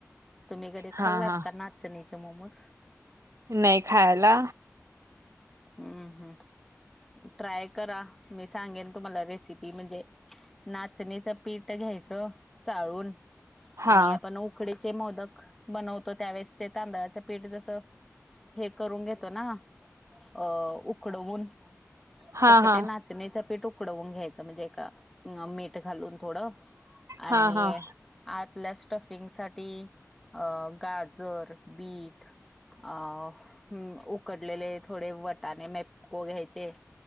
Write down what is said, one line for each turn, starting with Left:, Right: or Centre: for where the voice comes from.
Centre: तुम्ही कधी
Right: हा
Centre: खाल्लात
Right: हा.
Centre: का नाचणीचे मोमोज?
Right: नही खायाला.
Centre: हम्म हम्म. ट्राय करा, मी सांगेन तुम्हाला रेसिपी म्हणजे. नाचणीचं पीठ घ्यायचं चाळून
Right: हा
Centre: आणि आपण उक् कडीचे मोदक बनवतो त्यावेळेस, ते तांदळाचं पीठ जसं हे करून घेतो ना, अ उकडवून,
Right: हा
Centre: तसं
Right: हा
Centre: ते ना चणीच पीठ उकडवून घ्यायचं, म्हणजे एका मीठ घालून थोडं. आणि
Right: हा हा.
Centre: य आतल्या स्टफिंग साठी अ गाजर, बीट अं उकडलेले थोडे वटाने मेपको घ्यायचे.